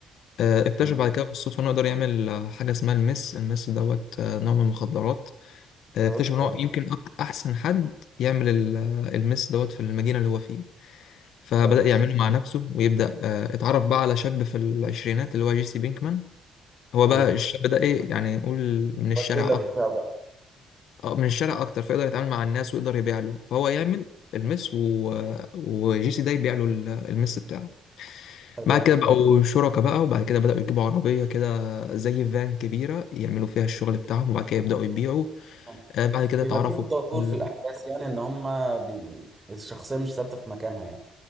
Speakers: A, on the left; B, on the right.
A: آه، اكتشف
B: امم
A: بعد كده بالصدفه انه يقدر يعمل آه، حاجه اسمها المس المس دوت آه، نوع من المخدرات
B: براد
A: آه، اكتشف ان هو
B: اه
A: يمكن أك- احسن حد يعمل ال- آه، المس دوت في المدينه اللي هو فيه فبدا
B: كويس
A: يعمله مع نفسه ويبدا آه، اتعرف بقى على شاب في العشرينات اللي هو جيسي بينكمان هو
B: امم
A: بقى الشاب ده ايه يعني نقول من الشارع
B: التيلر بتاعه بقى
A: اه من الشارع اكتر فيقدر يتعامل مع الناس ويقدر يبيع له فهو يعمل المس و... وجي سي ده يبيع له ال- المس بتاعه
B: حلو
A: بعد
B: أوي.
A: كده بقوا شركاء بقى وبعد كده بدأوا يجيبوا عربية كده زي فان كبيرة يعملوا فيها الشغل بتاعهم وبعد كده يبدأوا يبيعوا
B: مم.
A: آه بعد كده
B: بيبقى
A: اتعرفوا
B: فيه تطور
A: بال-
B: في الاحداث يعني ان هم بي... بي... الشخصيه مش ثابته في مكانها يعني